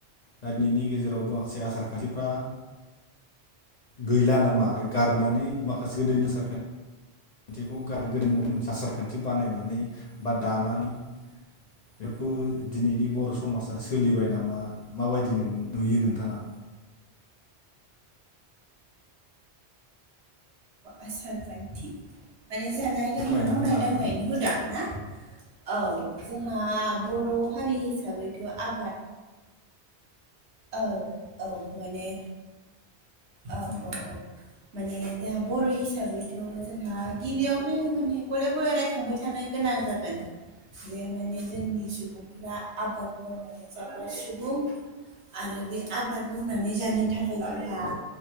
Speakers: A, on the left; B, on the right.
A: दा बिनि गेजेराव माखासे आसार खान्थिफ्रा गैला नामा आरो गारनानै माखासे गोदोनि सारखान्थि <unintelligible> मोनसे आसार खान्थि बानायनानै बा दानानै बेफोरखौ दिनैनि बर समाजा सोलिबाय नामा माबायदि नुयो नोंथाङा
B: आसार खान्थि माने जानाय
A: फोरमायना
B: लोंनाय मावनाय
A: होनो हागोन
B: दांनायनि
A: ना?
B: हुदा ना औ जोंहा बर हारि हिसाबैथ आबाद औ औ माने औ
A: उम
B: औ औ माने जोंहा बर हिसाबैथ जोंहा गिबियावनो माने गले गले रायखांबाय थानाय गोनां जागोन जे माने जोंनि सुबुंफोरा आबाद मावनानै जाग्रा सुबुं आरो बे आबाद मावनानै जानो थाखाय जोंहा
A: औ